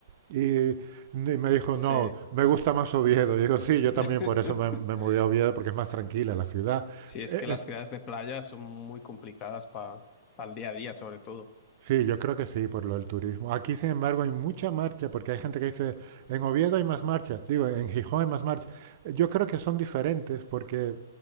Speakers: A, on the right (about 45°); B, on the left (about 30°).
A: y, y me dijo,
B: sí.
A: no, me gusta más Oviedo. digo, sí, yo también
B: <laughs>
A: por eso me, me mudé a Oviedo, porque es más tranquila la ciudad.
B: Sí, es
A: E-
B: que las ciudades de playa son muy complicadas para el día a día, sobre todo.
A: Sí, yo creo que sí, por lo del turismo. Aquí, sin embargo, hay mucha marcha, porque hay gente que dice, en Oviedo hay más marcha, digo, en Gijón hay más marcha. Yo creo que son diferentes, porque